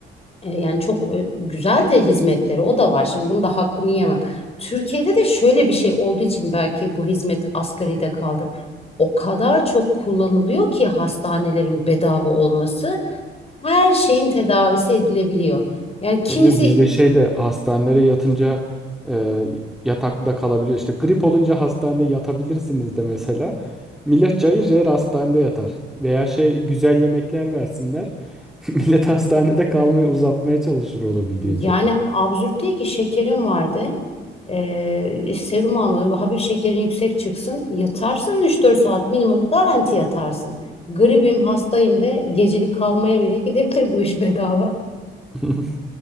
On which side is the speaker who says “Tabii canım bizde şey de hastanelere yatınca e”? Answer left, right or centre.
Centre